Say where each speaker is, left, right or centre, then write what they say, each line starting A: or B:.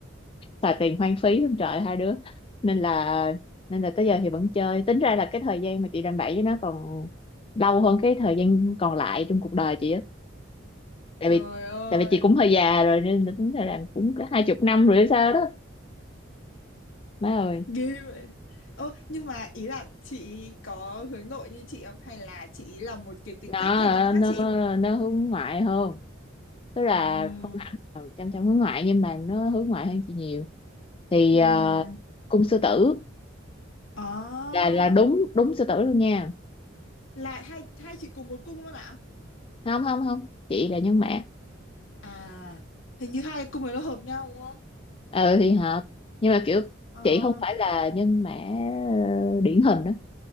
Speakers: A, on the left; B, on the left.
A: xài tiền hoang phí lắm trời hai đứa nên là nên là tới giờ thì vẫn chơi tính ra là cái thời gian mà chị làm bậy với nó còn lâu hơn cái thời gian còn lại trong cuộc đời chị á tại
B: trời
A: vì
B: ơi.
A: tại vì chị cũng hơi già rồi nên là tính ra là cũng có hai chục năm rồi hay sao đó má ơi
B: Ghê vậy. ô nhưng mà ý là chị có hướng nội như chị không? Hay là chị ý là một cái tính
A: nó
B: cách
A: ờ,
B: hoàn toàn khác
A: nó
B: chị?
A: nó hướng ngoại hơn tức là
B: Ừm.
A: không hẳn là chăm chăm hướng ngoại nhưng mà nó hướng ngoại hơn chị nhiều thì
B: Ừm.
A: ờ, cung sư tử
B: À,
A: là là đúng đúng sư tử luôn nha
B: là hai hai chị cùng một cung luôn ạ?
A: không không không chị là nhân mã
B: À, hình như hai cung ấy nó hợp nhau đúng không?
A: ờ thì hợp nhưng mà kiểu
B: Ờ.
A: chị không phải là nhân mã ờ, điển hình đó